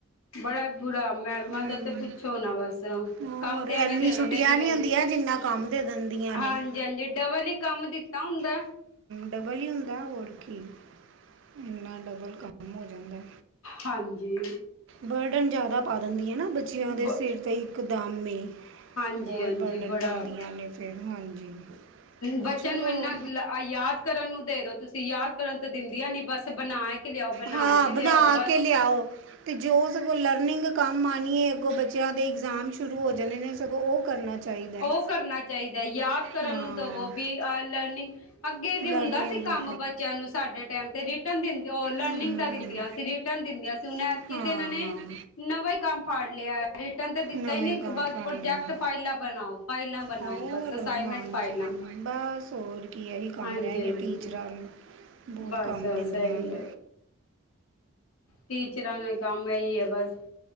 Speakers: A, on the left; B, on the right.
A: ਬੜਾ ਬੁਰਾ ਮੈਡਮਾਂ
B: ਹਮ,
A: ਦਾ ਤੇ ਪੁੱਛੋ ਨਾ। ਬਸ
B: ਹੋਰ
A: ਕੰਮ ਤੇ ਐਵੇਂ
B: ਇੰਨੀ
A: ਦੇ
B: ਛੁੱਟੀਆਂ
A: ਦਿੰਦੇ ਆ, ਜਿਵੇਂ
B: ਨਹੀਂ ਹੁੰਦੀਆਂ ਜਿੰਨਾ ਕੰਮ ਦੇ ਦਿੰਦੀਆਂ।
A: ਹਾਂਜੀ-ਹਾਂਜੀ,
B: ਨੇ
A: ਡਬਲ ਹੀ ਕੰਮ ਦਿੱਤਾ ਹੁੰਦਾ।
B: ਡਬਲ ਹੀ ਹੁੰਦਾ। ਹੋਰ ਕੀ ਇੰਨਾ ਡਬਲ ਕੰਮ ਹੋ ਜਾਂਦਾ।
A: ਹਾਂਜੀ।
B: ਬਰਡਨ ਜ਼ਿਆਦਾ ਪਾ ਦਿੰਦੀ ਐ ਨਾ, ਬੱਚੇਆਂ ਦੇ
A: ਬ
B: ਸਿਰ 'ਤੇ ਇਕਦਮ ਈ
A: ਹਾਂਜੀ
B: ਬੋਤ
A: ਹਾਂਜੀ
B: ਬਰਡਨ
A: ਬੜਾ
B: ਪਾਂਦੀਆਂ ਨੇ, ਫੇਰ ਹਾਂਜੀ।
A: ਬੱਚੇਆਂ
B: ਚਲੋ
A: ਨੂੰ ਏਨਾ, ਯਾਦ ਕਰਨ ਨੂੰ ਦੇ ਦੋ, ਤੁਸੀਂ ਯਾਦ ਕਰਨ ਤੋਂ ਦਿੰਦੀ ਆ, ਨੀ ਬਸ ਬਣਾ ਕੇ ਲਿਆਓ ਬਣਾ
B: ਹਾਂ,
A: ਕੇ
B: ਬਣਾ
A: ਲਿਆਓ ਬਸ
B: ਕੇ ਲਿਆਓ। ਅਤੇ ਜੋ ਸਗੋਂ ਲਰਨਿੰਗ ਕੰਮ ਆਣੀ ਏ, ਅੱਗੋਂ ਬੱਚੇਆਂ ਦੇ ਇਗਜ਼ਾਮ ਸ਼ੁਰੂ ਹੋ ਜਾਣੇ ਨੇ। ਸਗੋਂ ਓ ਕਰਨਾ ਚਾਹੀਦਾ
A: ਓ ਕਰਨਾ ਚਾਹੀਦਾ। ਯਾਦ ਕਰਨ
B: ਹਾਂ
A: ਨੂੰ ਦਵੋ ਵੀ ਲਰਨਿੰਗ ਅੱਗੇ
B: ਲਰਨਿੰਗ
A: ਹੁੰਦਾ ਸੀ।
B: ਦਾ
A: ਕੰਮ ਬੱਚੇਆਂ ਨੂੰ ਸਾਡੇ ਟੈਮ ਤੇ ਰਿਟਰਨ ਦਿੰਦੇ, ਓ ਲਰਨਿੰਗ
B: ਹਮ
A: ਦਾ ਦਿੰਦੀਆਂ ਸੀ। ਦਿੰਦੀਆਂ ਸੀ। ਹੁਣ ਐਤਕੀ
B: ਹਾਂ
A: ਤੇ ਏਹਨਾਂ ਨੇ ਨਵਾਂ ਹੀ ਕੰਮ ਫੜ ਲਿਆ, ਰਿਟਰਨ ਤੇ ਦਿੱਤਾ
B: ਨਵੇਂ
A: ਹੀ ਨੀ
B: ਕੰਮ
A: ਬਸ,
B: ਫੜ
A: ਪ੍ਰੋਜੈਕਟ
B: ਲਿਆ
A: ਫਾਈਲ ਬਣਾਓ ਫਾਈਲਾਂ ਬਣਾਓ,
B: ਹੋਰ
A: ਬਸ ਅਸਾਈਨਮੈਂਟ
B: ਹਾਂਜੀ
A: ਫਾਈਲਾਂ
B: ਬਸ ਹੋਰ ਕੀ ਏਹੀ ਕੰਮ
A: ਹਾਂਜੀ
B: ਰੈਹ ਗਿਆ,
A: ਹਾਂਜੀ
B: ਟੀਚਰਾਂ ਨੂੰ ਬੋਤ
A: ਬਸ
B: ਕੰਮ
A: ਬਸ
B: ਦਿੰਦੀਆਂ।
A: ਇਹੀ
B: ਹਣ
A: ਹੈ ਟੀਚਰਾਂ ਨੂੰ ਕੰਮ ਏਹੀ ਆ ਬਸ,